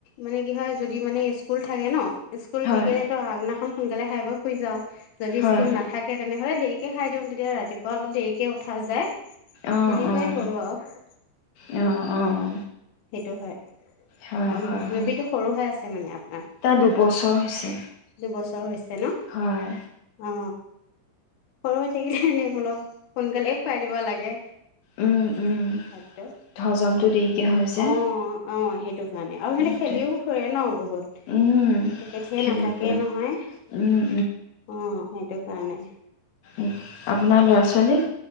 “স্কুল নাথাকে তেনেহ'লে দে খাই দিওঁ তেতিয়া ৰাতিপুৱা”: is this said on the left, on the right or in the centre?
Left